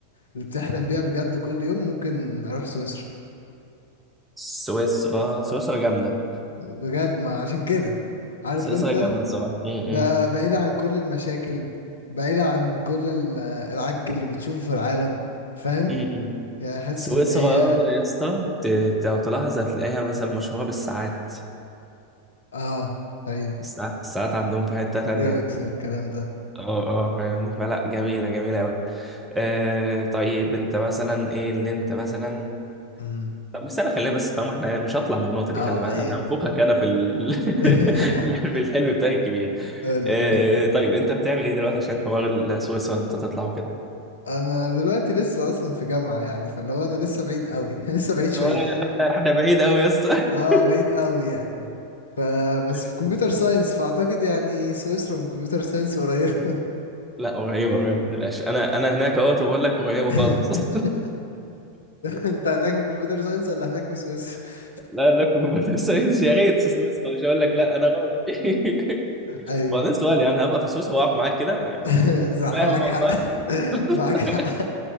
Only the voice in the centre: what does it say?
سويسرا سويسرا جامده
سويسرا
جامده بصراحه م-
م.
م- م.
سويسرا
يا اسطى ت- ت- لو تلاحظ هتلاقيها مثلا مشهوره بالساعات
الساعات الساعات عندهم في حته تانية
اه اه فاهمني فلا جميله جميله قوي آه طيب انت مثلا ايه اللي انت مثلا
طب بس انا خلينا بس طالما احنا يعني مش هطلع من النقطه دي
خلي بالك
انا هنفوخك انا في ال... <laughs>
في الحلم في الحلم بتاعي الكبير
آه طيب انت بتعمل ايه دلوقتي عشان حوار سويسرا ان انت تطلع وكده
هو احنا بعيد قوي يا اسطى
<laughs>
لا قريبه قريبه ما تقلقش انا انا هناك اهوت وبقول لك قريبه
خالص <laughs>
لا انا كنت في سويسرا يا ريت في سويسرا مش هقول لك لا انا غلط <laughs>
وبعدين سؤال يعني هبقى في سويسرا واقعد معاك كده يعني
فاهم
والله
<laughs>